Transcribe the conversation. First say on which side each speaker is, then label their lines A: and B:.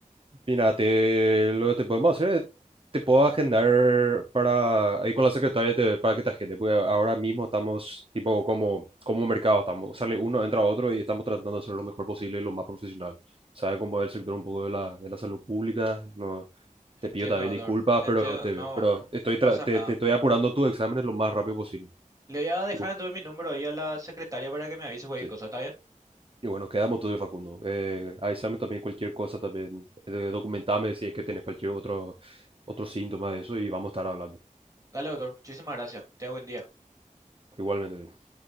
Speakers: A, on the right (about 40°); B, on the right (about 25°).
A: Mira, te- lo que te podemos hacer es, te puedo agendar para, ahí con la secretaria te- para que te agende, porque ahora mismo estamos tipo como, como un mercado, estamos, sale uno, entra otro y estamos tratando de hacer lo mejor posible y lo más profesional. Sabes cómo es el sector un poco de la, de la salud pública, no,
B: Entiendo,
A: te pido también disculpas,
B: doctor. Entiendo.
A: pero te,
B: No,
A: pero estoy,
B: no pasa
A: tra- te,
B: nada.
A: te estoy apurando tus exámenes lo más rápido posible.
B: Le voy a dejar
A: Y bueno,
B: entonces mi número ahí a la secretaria para que me avise cualquier
A: sí.
B: cosa, ¿está bien?
A: Y bueno, quedamos todo de Facundo. Eh, avísame también cualquier cosa, también eh, documentame si es que tenés cualquier otro, otro síntoma de eso y vamos a estar hablando.
B: Dale, doctor. Muchísimas gracias. Te buen día.
A: Igualmente.